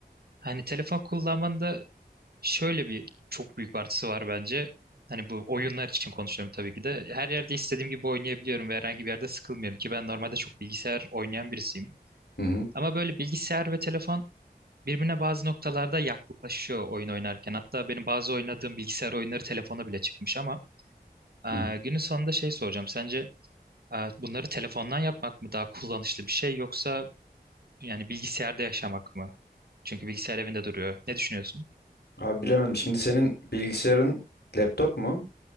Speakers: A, on the right; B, on the left.
A: hani telefon kullanmanın da şöyle bir çok büyük bir artısı var bence. Hani bu oyunlar için konuşuyorum tabii ki de. Her yerde istediğim gibi oynayabiliyorum ve herhangi bir yerde sıkılmıyorum ki ben normalde çok bilgisayar oynayan birisiyim.
B: Hı hı.
A: Ama böyle bilgisayar ve telefon birbirine bazı noktalarda yaklaşıyor oyun oynarken. Hatta benim bazı oynadığım bilgisayar oyunları telefona bile çıkmış ama e,
B: Hı hı.
A: günün sonunda şey soracağım. Sence e, bunları telefondan yapmak mı daha kullanışlı bir şey yoksa yani bilgisayarda yaşamak mı? Çünkü bilgisayar evinde duruyor. Ne düşünüyorsun?
B: Abi bilemedim. Şimdi senin bilgisayarın laptop mu?